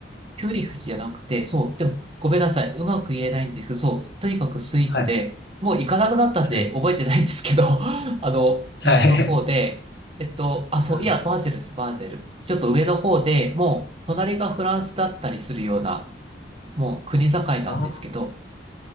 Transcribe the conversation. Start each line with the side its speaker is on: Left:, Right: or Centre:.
Right: ピューリフじゃなくて、そう、でも、ごめんなさい。うまく言えないんですけど、そう、とにかくスイスで、
Left: はい、
Right: もう行かなくなったんで覚えてないんですけど、
Left: はい、
Right: <laughs> あの、
Left: はい。
Right: 山の方で、えっと、あ、そう、
Left: うん
Right: いや、バーゼルです、バーゼル。ちょっと上の方でもう、隣がフランスだったりするような、もう国境なんですけど、
Left: ああ、